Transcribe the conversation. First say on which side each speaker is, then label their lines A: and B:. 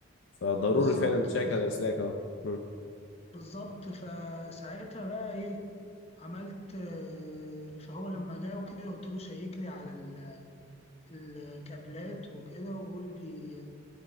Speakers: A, on the left; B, on the left.
A: فضروري
B: بالظبط
A: فعلا تشيك
B: بز-
A: على الاسلاك اه مم،
B: بالظبط فساعتها بقى إيه عملت آه، فهو لما جه وكده قلت له شيك لي على ال- الكابلات وكده وقول لي